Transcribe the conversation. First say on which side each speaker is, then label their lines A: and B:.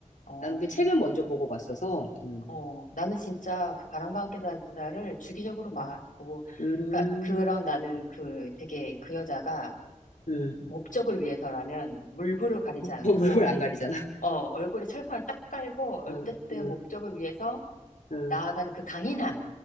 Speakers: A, on the left; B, on the left.
A: 어,
B: 나는 그 책을 먼저 보고 봤어서, 음,
A: 어. 나는 진짜 그 바람과 함께 사라지다를 주기적으로 봐.
B: 음,
A: 보고,
B: 음,
A: 그러니까 그런 나는 그 되게 그 여자가
B: 음. <laughs>
A: 목적을 위해서라면 물불을 가리지 않고
B: 뭐 물불 안 가리잖아.
A: 어, 얼굴에 철판을 딱 깔고
B: <laughs>
A: 어쨌든
B: 응, 응,
A: 목적을 위해서
B: 응,
A: 나아가는 그 강인함.